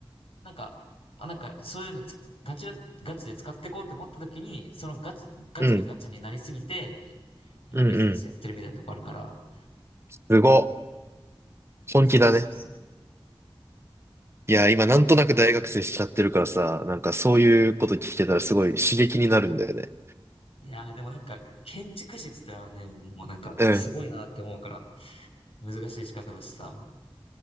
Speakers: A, on the left; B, on the right.
A: なんか、まあ、なんか、そういうのつガチ、ガチで使っていこうと思った時に、そのガチ、ガチがガチになりすぎて、
B: うん。
A: 今ビジネスやってるみたいなとこあるから、
B: うんうん。すご。本気だね。
A: そうそうそ
B: いや、今なんとなく大学生しちゃってるからさ、
A: う。
B: なんかそういうこと聞けたらすごい刺激になるんだよね。
A: いやー、でもなんか、建築士って言ったらね、もうなんか、
B: うん。
A: すごいなって思うから、難しい資格だしさ。